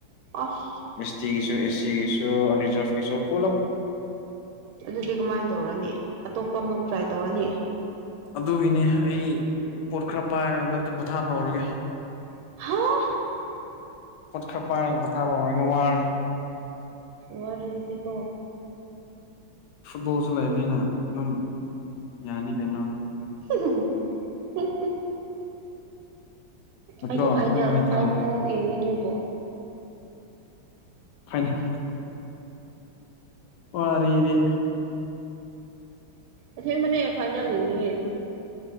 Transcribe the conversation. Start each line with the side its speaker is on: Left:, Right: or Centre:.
Right: ꯑꯁ
Left: ꯑꯦꯁ ꯇꯤꯒꯤ ꯑꯦꯁꯤꯒꯤꯁ ꯑꯔꯤꯖꯔꯚꯁ ꯄꯣꯂꯞ
Right: ꯑꯗꯨꯗꯤ ꯀꯃꯥꯏꯅ ꯇꯧꯔꯅꯤ ꯑꯇꯣꯞꯄ ꯑꯃꯨꯛ ꯇ꯭ꯔꯥꯏ ꯇꯧꯔꯅꯤ
Left: ꯑꯗꯨꯒꯤꯅꯤ ꯑꯩ ꯄꯣꯠ ꯈꯔ ꯄꯥꯏꯔꯒ ꯍꯟꯗꯛꯇꯤ ꯄꯣꯊꯥꯕ ꯍꯧꯔꯒꯦ
Right: ꯍꯥ
Left: ꯄꯣꯠ ꯈꯔ ꯄꯥꯏꯔꯒ ꯄꯊꯥꯕ ꯑꯣꯏꯔꯒ ꯋꯥꯔꯦ
Right: ꯋꯥꯔ ꯌꯦꯗꯤꯀ
Left: ꯕꯣꯁꯨ ꯂꯩꯕꯅꯤꯅ ꯑꯗꯨꯝ ꯌꯥꯅꯤ ꯀꯩꯅꯣ
Right: <inaudible>
Left: ꯅꯠꯇ꯭ꯔꯣ
Right: ꯑꯩꯗꯤ ꯐꯥꯏꯅꯦꯜ
Left: ꯑꯗꯨ ꯅꯨꯡꯉꯥꯏꯇ꯭ꯔꯣ
Right: ꯐꯥꯏꯅꯦꯜ ꯌꯦꯡꯅꯤꯡꯉꯦꯕ <inaudible>
Left: ꯐꯥꯏꯅꯦꯜ ꯑꯣ ꯔꯔꯤꯗꯤ
Right: ꯑꯁꯦꯡꯕꯅꯦ ꯐꯥꯏꯅꯦꯜ ꯌꯦꯡꯅꯤꯌꯦ